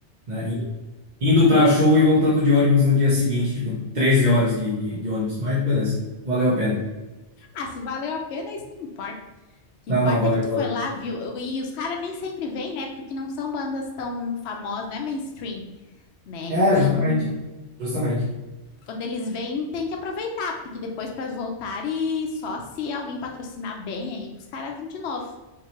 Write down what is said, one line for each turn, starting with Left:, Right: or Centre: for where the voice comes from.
Right: né? Indo pra show e voltando de ônibus no dia seguinte, tipo, 13 horas de, de, de ônibus. Mas beleza, valeu a pena.
Left: Ah, se valeu a pena, é isso que importa. O que
Right: Não,
Left: importa
Right: não, valeu,
Left: é que tu
Right: valeu.
Left: foi lá, viu? E os caras nem sempre vêm, né? Porque não são bandas tão famosas, não é mainstream, né?
Right: É,
Left: Então,
Right: justamente. Justamente.
Left: quando eles vêm, tem que aproveitar, porque depois para voltar e só se alguém patrocinar bem aí, pros caras virem de novo.